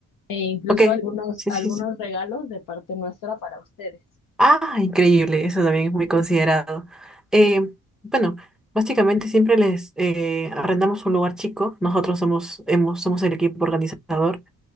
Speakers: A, on the left; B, in the centre.
A: e incluso
B: Ok.
A: algunos,
B: Sí,
A: algunos
B: sí, sí.
A: regalos de parte nuestra para ustedes.
B: Ah, increíble, eso también es muy considerado. Eh, bueno, básicamente siempre les eh, arrendamos un lugar chico, nosotros somos, hemos, somos el equipo organizador,